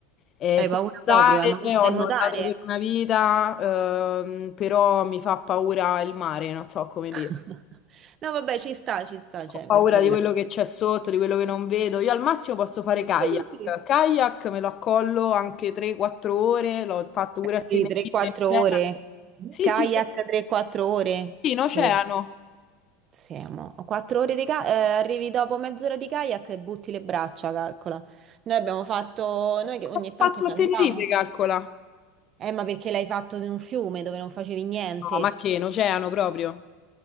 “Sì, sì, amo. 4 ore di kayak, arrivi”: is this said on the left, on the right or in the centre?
Right